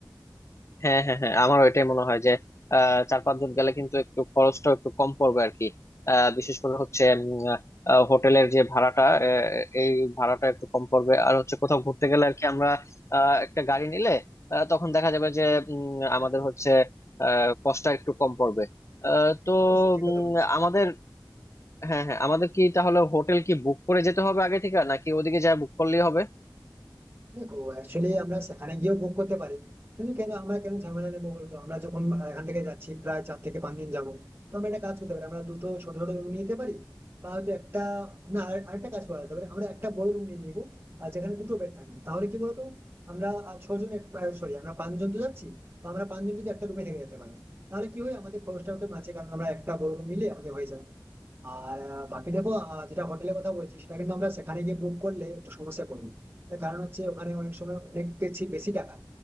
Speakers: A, on the left; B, on the right.
A: হ্যাঁ হ্যাঁ হ্যাঁ আমারও এটাই মনে হয় যে আহ, চার পাঁচজন গেলে কিন্তু একটু খরচটা একটু কম পড়বে আর কি আহ, বিশেষ করে হচ্ছে উম, আহ, হোটেলের যে ভাড়াটা আহ, এই ভাড়াটা একটু কম পড়বে আর হচ্ছে কোথাও ঘুরতে গেলে আর কি আমরা আহ, একটা গাড়ি নিলে আহ, তখন দেখা যাবে যে উম,
B: হ্যাঁ
A: আমাদের হচ্ছে আহ, কষ্টটা একটু কম পড়বে আহ, তো
B: অবশ্যই ঠিক
A: উম,
B: কথা বলেছো
A: আমাদের হ্যাঁ হ্যাঁ আমাদের কি তাহলে হোটেল কি বুক করে যেতে হবে আগে থেকে নাকি ওদিকে যা বুক করলেই হবে
B: দেখো অ্যাকচুয়ালি আমরা সেখানে গিয়েও বুক করতে পারি কিন্তু কেন আমরা কেন ঝামেলা নেবো বলতো আমরা যখন আহ, এখান থেকে যাচ্ছি প্রায় চার থেকে পাঁচ দিন যাবো তো আমরা একটা কাজ করতে পারি আমরা দুটো ছোট ছোট রুম নিয়ে নিতে পারি বা হয়তো একটা না আর- আরেকটা কাজ করা যেতে পারে আমরা একটা বড় রুম নিয়ে নিবো আর যেখানে দুটো বেড থাকবে তাহলে কি বলতো আমরা আহ, ছজন সরি আমরা পাঁচজন তো যাচ্ছি তো আমরা পাঁচজন কিন্তু একটা রুমে থেকে যেতে পারি তাহলে কি হয় আমাদের খরচটা একটু বাঁচে কারণ আমরা একটা বড় রুম নিলে আমাদের হয়ে যাবে আর আহ, বাকি দেখো আহ, যেটা হোটেলের কথা বলছি সেটা কিন্তু আমরা সেখানে গিয়ে বুক করলে একটু সমস্যা পড়বে তার কারণ হচ্ছে ওখানে অনেক সময় অনেক বেশি বেশি টাকা